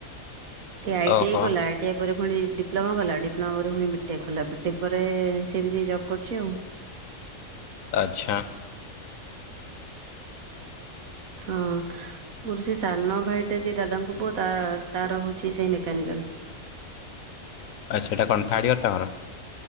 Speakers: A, on the right; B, on the left.
A: ସେ ଆଇଟିଆଇ
B: ଓହୋ।
A: କଲା। ଆଇଟିଆଇ ପରେ ପୁଣି ଡିପ୍ଲୋମା କଲା, ଡିପ୍ଲୋମା ପରେ ପୁଣି ବିଟେକ୍ କଲା, ବିଟେକ୍ ପରେ ସେ ଏବେ ଯାଇ ଜବ୍ କରୁଛି ଆଉ।
B: ଆଚ୍ଛା।
A: ହଁ, ମୋର ସେ ସାନ ଭାଇଟା ଯେ ଦାଦାଙ୍କ ପୁଅ ତା-ତାର ହଉଛି ସେଇ ମେକାନିକା <inaudible>
B: ଆଚ୍ଛା ଏଇଟା କଣ ଥାର୍ଡ଼ ଇୟର ତାଙ୍କର